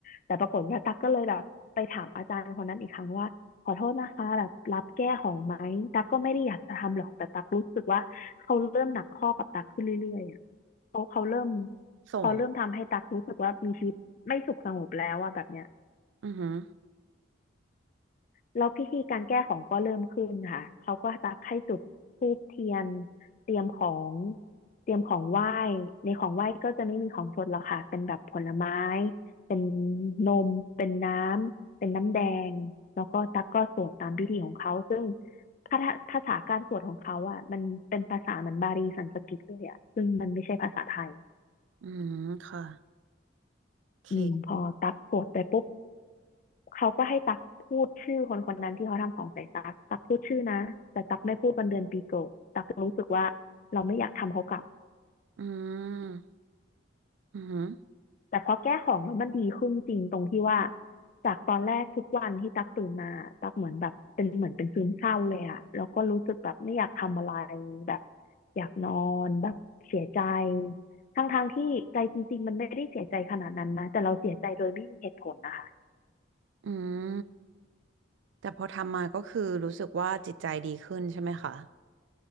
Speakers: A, on the left; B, on the right.
A: แต่ปรากฏว่าตั๊กก็เลยแบบไปถามอาจารย์คนนั้นอีกครั้งว่าขอโทษนะคะแบบรับแก้ของไหมตั๊กก็ไม่ได้อยากจะทำหรอกแต่ตั๊กรู้สึกว่าเขาเริ่มหนักข้อกับตั๊กขึ้นเรื่อยๆอะ เขาเขาเริ่ม
B: ส่ง
A: เขาเริ่มทำให้ตักรู้สึกว่ามีชีวิตไม่สุขสงบแล้วอะแบบเนี้ย
B: อือหือ
A: แล้วพิธีการแก้ของก็เริ่มขึ้นค่ะเขาก็ตักให้จุดธูปเทียนเตรียมของเตรียมของไหว้ในของไหว้ก็จะไม่มีของสดหรอกค่ะเป็นแบบผลไม้เป็นนมเป็นน้ำเป็นน้ำแดงแล้วก็ตักก็สวดตามพิธีของเขาซึ่งภาษาภาษาการสวดของเขาอะมันเป็นภาษาเหมือนบาลีสันสกฤตเลยอะซึ่งมันไม่ใช่ภาษาไทย
B: อืมค่ะโอเค
A: อืมพอตักสวดไปปุ๊บ เขาก็ให้ตักพูดชื่อคนคนนั้นที่เขาทำของใส่ตักตักพูดชื่อนะแต่ตักไม่พูดวันเดือนปีเกิดตักรู้สึกว่าเราไม่อยากทำเขากลับ
B: อืมอือหือ
A: แต่พอแก้ของแล้วมันดีขึ้นจริงตรงที่ว่าจากตอนแรกทุกวันที่ตักตื่นมาตักเหมือนแบบเป็นเหมือนเป็นซึมเศร้าเลยอะแล้วก็รู้สึกแบบไม่อยากทำอะไรแบบอยากนอนแบบเสียใจทั้งๆที่ใจจริงๆมันไม่ได้เสียใจขนาดนั้นนะแต่เราเสียใจโดยไม่มีเหตุผลนะคะ
B: อืมแต่พอทำมาก็คือรู้สึกว่าจิตใจดีขึ้นใช่ไหมคะ